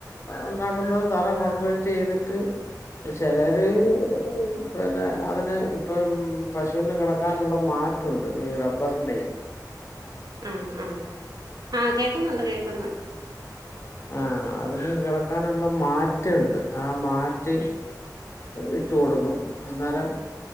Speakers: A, on the left; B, on the right.
A: ഉണ്ടാക്കുന്നത് തറ കോൺക്രീറ്റ് ചെയ്തിട്ട് ചെലര് പിന്നെ അതിന് ഇപ്പം പശുവിന് കിടക്കാനുള്ള മാറ്റുണ്ട് ഈ റബ്ബ ർന്റെ
B: ആ ആ ആഹ കേക്കുന്നുണ്ട് കേക്കുന്നുണ്ട്.
A: ആ അതിന് കിടക്കാനുള്ള മാറ്റുണ്ട് ആ മാറ്റ് ഇട്ട് കൊടുക്കും. അന്നേരം